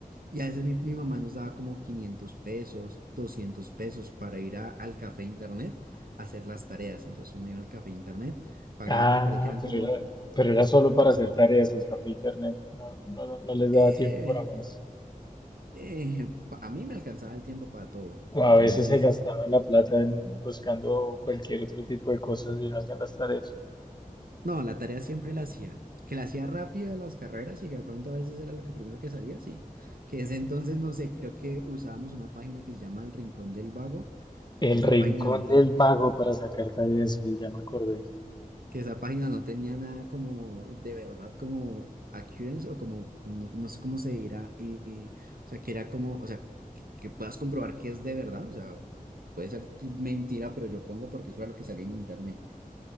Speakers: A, on the right (about 85°); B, on the left (about 30°).
A: Y a veces mi, mi mamá nos daba como 500 pesos, 200 pesos para ir a- al café internet a hacer las tareas. Entonces uno iba al café internet, pagaba,
B: Ah,
A: me acuerdo que eran
B: pero
A: como...
B: era, pero era solo para hacer tareas el café e internet. No, no, no les daba
A: eh,
B: tiempo para más.
A: eh, pa- a mí me alcanzaba el tiempo para todo.
B: O
A: Entonces,
B: a veces se gastaban la plata en buscando cualquier otro tipo de cosas y no hacían las tareas.
A: no, la tarea siempre la hacía. Que la hacía rápido de las carreras y que de pronto a veces era lo que primero que salía, sí. Que ese entonces, no sé, creo que usábamos una página que se llama El Rincón del Vago,
B: El
A: que esa
B: rincón
A: página no tenía.
B: del vago para sacar tareas, sí, ya me acordé.
A: que esa página no tenía nada como de verdad como accuracy o como, como no, no sé cómo se dirá, eh, eh, o sea, que era como, o sea, que, que puedas comprobar que es de verdad, o sea, puede ser mentira, pero yo pongo porque eso era lo que salía en internet.